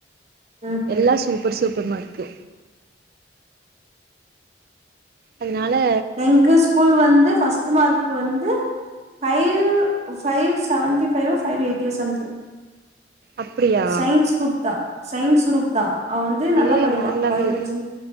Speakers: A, on the right; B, on the right.
A: ம்
B: எல்லாம்
A: ம்
B: சூப்பர் சூப்பர் மார்க்கு அன்னால
A: எங்க ஸ்கூல் வந்து ஃபர்ஸ்ட் மார்க்கு வந்து ஃபைவ் ஃபைவ் செவன்ட்டி ஃபைவ்வோ ஃபைவ் எயிட்டியோ சம்திங்
B: அப்டியா
A: சைன்ஸ் குரூப்தா சைன்ஸ் குரூப்தா அவ வந்து நல்லா
B: ஏ
A: படிப்பா
B: வேற லெவல்
A: பயலஜி